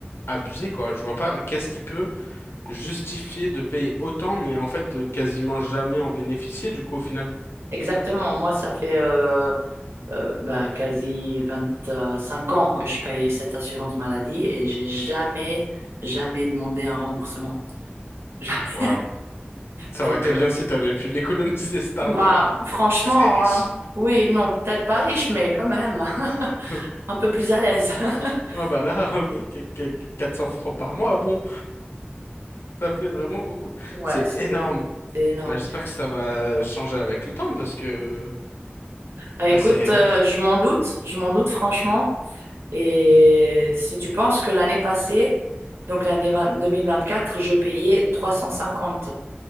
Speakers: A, on the left (about 70°); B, on the right (about 80°).
A: abusé, quoi. Je vois pas qu'est-ce qui peut justifier de payer autant, mais en fait de quasiment jamais en bénéficier, du coup, au final.
B: exactement. Moi, ça fait euh, euh, ben, quasi 25 ans que je paye cette assurance maladie et j'ai jamais, jamais demandé un remboursement. <laughs> Jamais.
A: Waouh. Ça
B: Donc,
A: aurait été
B: euh,
A: bien si t'avais pu l'économiser, cet argent.
B: Bah,
A: <laughs>
B: franchement,
A: Tu serais riche.
B: hein. Oui, non, peut-être pas riche, mais quand même,
A: <laughs>
B: <laughs> un peu plus à l'aise. <laughs>
A: Ah bah là, <laughs> oui, que- que- 400 francs par mois, bon, ça fait vraiment beaucoup.
B: Ouais,
A: C'est
B: c'est
A: énorme.
B: beaucoup. C'est énorme.
A: Ouais, J'espère que ça va changer avec le temps parce que
B: Ah, écoute,
A: là c'est
B: euh,
A: ouais.
B: je m'en doute, je m'en doute franchement. Et si tu penses que l'année passée, donc l'année 20 2024, je payais 350